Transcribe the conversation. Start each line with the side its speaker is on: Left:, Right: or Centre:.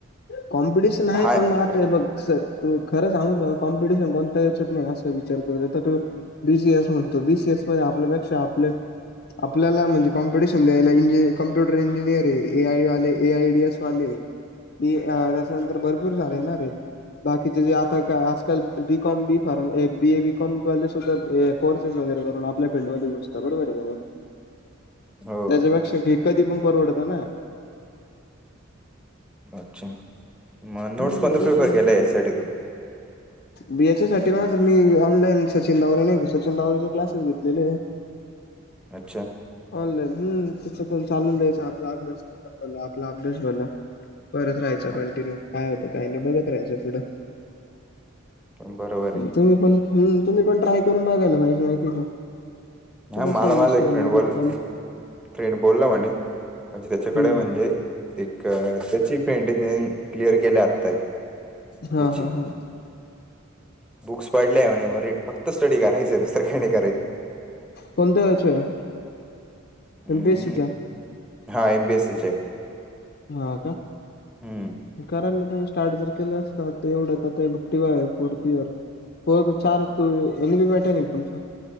Left: कॉम्पिटिशन आहे,
Centre: हाय
Left: पण आता हे बघ असं,, तूला खरं सांगू का, कॉम्पिटिशन कोणत्या याच्यात नाही, असं विचार करू, आता तू बी सी एस म्हणतो, बी सी एस मध्ये आपल्यापेक्षा आपले आपल्याला म्हणजे कॉम्पिटिशन द्यायला इंजिनीरिंग कॉम्प्युटर इंजिनिरिग य,,, ए आय ले ए आय डी एस वाले डि अ त्याच्यानंतर भरपूर झालय ना रे. बाकीचे जे आता काय, आजकाल B com B pharm B A B com वाले सुद्धा कोर्सेस वगैरे करून आपल्या फील्ड मध्ये घुसतात, बरोबर आहे का नाही.
Centre: हो
Left: त्याच्यापेक्षा के कधी पण परवडतं ना.
Centre: अच्छा,, मग नोट्स
Left: हम्म
Centre: कोणतं
Left: उलट
Centre: प्रेफर केला याच्यासाठी तू.?
Left: बी एस ए साठी माझं मी ऑनलाईन सचिन दावरने सचिन दावरचे क्लासेस घेतलेले आहे. <inaudible>
Centre: अच्छा.
Left: ऑनलाईन हम्म,, त्याच पण चालून द्यायच आपलं आपलं,,, अभ्यास आपण भला आपला अभ्यास भला. करत राहायचा
Centre: हा,
Left: कंटिन्यू, काय होतं काय नाही बघत रहायचं पुढं.
Centre: बरोबर
Left: हम्म,
Centre: ए.
Left: तुम्ही पण हम्म,, तुम्ही पण ट्राय करून बघायला पाहिजे माहितीयी का
Centre: हा
Left: ते कसं
Centre: मला
Left: आहे
Centre: माझा
Left: विषय
Centre: एक फ्रेंड
Left: माहिती
Centre: बोलला
Left: का, कम
Centre: फ्रेंड बोलला म्हणे,, म्हणजे त्याच्याकडे
Left: हम्म
Centre: म्हणजे एक त्याची फ्रेंड आहे त्यनी, क्लिअर केल्या आत्ताय
Left: हा
Centre: याची,,,
Left: हा हा
Centre: बुक्स पाडल्या आहे म्हणे फक्त स्टडी करायचं,,, दुसरे काही नाही
Left: कोणत्या ह्याचे आहे?
Centre: हम्म
Left: एमपीएससी च्या.
Centre: हा एमपीएससी चय.
Left: हा का?
Centre: हम्म
Left: करायला तुम्ही स्टार्ट जर केलं असतं, तर एवढंच आता बुटिव आहे फोर्थ इयर फोर चार्ज तू एमी बी बॅटर आहे का तुमचा?